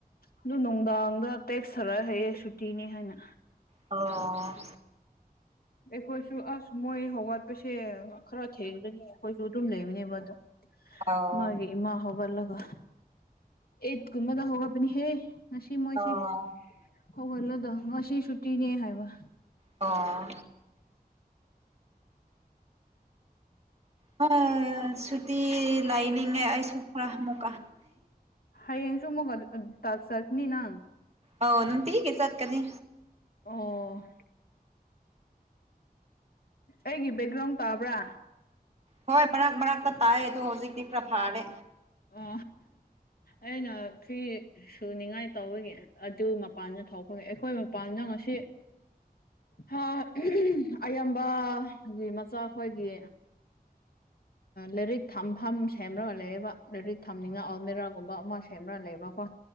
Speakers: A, on the left; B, on the right.
A: ꯑꯗꯨ ꯅꯨꯡꯗꯥꯡꯗ ꯇꯦꯛꯁꯊꯔ ꯍꯌꯦ ꯁꯨꯇꯤꯅꯤ ꯍꯥꯏꯅ
B: ꯑꯣ
A: ꯑꯩꯈꯣꯏꯁꯨ ꯑꯁ ꯃꯣꯏ ꯍꯧꯒꯠꯄꯁꯦ ꯈꯔ ꯊꯦꯡꯅꯒꯅꯤ ꯑꯩꯈꯣꯏꯁꯨ ꯑꯗꯨꯝ ꯂꯩꯕꯅꯦꯕ ꯑꯗꯣ
B: ꯑꯧ
A: ꯃꯥꯒꯤ ꯏ ꯃꯥ ꯍꯒꯂꯒ ꯑꯦꯠꯀꯨꯝꯃꯗꯥ ꯍꯒ ꯄ ꯍꯦ ꯉꯁꯤ ꯃꯣꯏꯁꯤꯦ
B: ꯑꯣ
A: ꯍꯧꯒꯠꯂꯗ ꯉꯁꯤ ꯁꯨꯇꯤꯅꯦ ꯍꯥꯏꯕ
B: ꯑꯣ ꯍꯣꯏ ꯁꯨꯇꯤ ꯂꯥꯏꯅꯤꯡꯉꯦ ꯑꯩꯁꯨ ꯈꯔ ꯑꯃꯨꯛꯀ
A: ꯍ ꯌꯦꯡꯁꯨꯃꯒ ꯑꯗꯨ ꯇꯥꯛ ꯇꯠꯅꯤ ꯅꯪ
B: ꯑ ꯅꯅꯨꯡ ꯊꯤꯒ ꯆꯠ ꯀꯅꯤ
A: ꯑꯣ ꯑꯩꯒꯤ ꯕꯦꯛꯒ꯭ꯔꯥꯎꯟ ꯇꯥꯕ꯭ꯔꯥ
B: ꯍꯣꯏ ꯃꯔꯛ ꯃꯅꯥꯛꯇ ꯇꯥꯏ ꯑꯗꯨꯗꯣ ꯍꯧꯖꯤꯛꯇꯤ ꯈꯔ ꯐꯥꯔꯦ
A: ꯑ ꯑꯩꯅ ꯊ꯭ꯔꯤ ꯁꯨꯅꯤꯡꯉꯥꯏ ꯇꯧꯔꯤꯒꯤ ꯑꯗꯨ ꯃꯄꯥꯟꯗ ꯊꯣꯛꯄꯉ ꯑꯩꯈꯣꯏ ꯃꯄꯥꯟꯗ ꯉꯁꯤ ꯍꯥ ꯑꯌꯥꯝꯕꯒꯤ ꯃꯆꯥ ꯈꯈꯣꯏꯒꯤ ꯂꯥꯏꯔꯤꯛ ꯊꯝꯐꯝ ꯁꯦꯝꯕ꯭ꯔꯒꯂꯑꯦꯕ ꯂꯥꯏꯔꯤꯛ ꯊꯝꯅꯤꯡꯉ ꯑꯜꯃꯦꯔꯥꯒꯨꯝꯕ ꯑꯃ ꯐꯦꯕ꯭ꯔ ꯂꯩꯕ ꯀꯣ